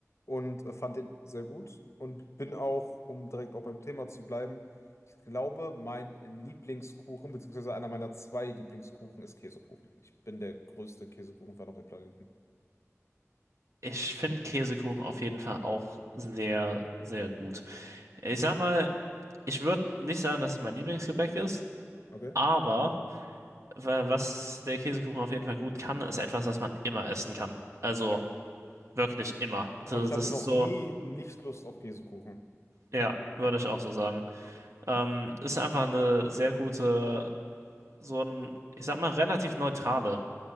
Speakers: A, on the left; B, on the right.
A: und äh, fand den sehr gut und bin auch, um direkt auch beim Thema zu bleiben, ich glaube, mein Lieblingskuchen, beziehungsweise einer meiner zwei Lieblingskuchen ist Käsekuchen. Ich bin der größte Käsekuchenfan auf dem Planeten.
B: Ich finde Käsekuchen auf jeden Fall auch sehr, sehr gut. Ich sag mal, ich würde nicht sagen, dass es mein Lieblingsgebäck ist,
A: Okay.
B: aber. wa- was der Käsekuchen auf jeden Fall gut kann, ist etwas, was man immer essen kann. Also
A: Ja. Ich
B: wirklich immer. Das,
A: glaube, ich hatte
B: das
A: noch
B: ist so,
A: nie nicht Lust auf Käsekuchen.
B: ja, würde ich auch so sagen. Ähm, ist einfach eine sehr gute, so ein, ich sag mal, relativ neutrale